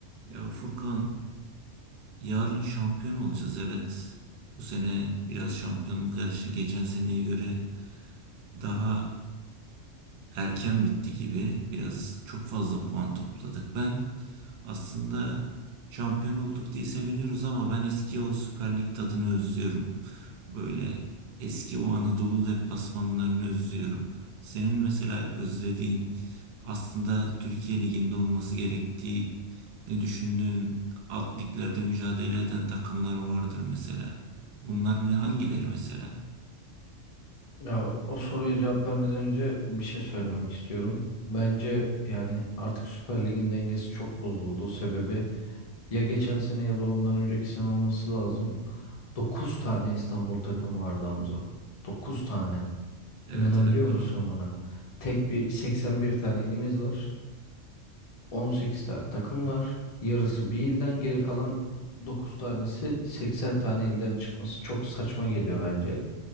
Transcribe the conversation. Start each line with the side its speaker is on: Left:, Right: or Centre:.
Right: Ya Furkan yarın şampiyon olacağız evet. Bu sene biraz şampiyonluk yarışı geçen seneye göre daha erken bitti gibi. Biraz çok fazla puan topladık. Ben aslında şampiyon olduk diye seviniyoruz ama ben eski o Süper Lig tadını özlüyorum. Böyle eski o Anadolu deplasmanlarını özlüyorum. Senin mesela özlediğin aslında Türkiye Ligi'nde olması gerektiği ne düşündüğün alt liglerde mücadele eden takımlar vardır mesela. Bunlar ne hangileri mesela?
Left: Ya o soruya cevap vermeden önce bir şey söylemek istiyorum. Bence yani artık Süper Lig'in dengesi çok bozuldu. Sebebi ya geçen sene ya da ondan önceki sene olması lazım. 9 tane İstanbul takım vardı Hamza. 9 tane.
Right: Evet
Left: İnanabiliyor
Right: evet doğru.
Left: musun buna? Tek bir 81 tane ilimiz var. 18 tane takım var. Yarısı bir ilden geri kalan 9 tanesi 80 tane ilden çıkması çok saçma geliyor bence.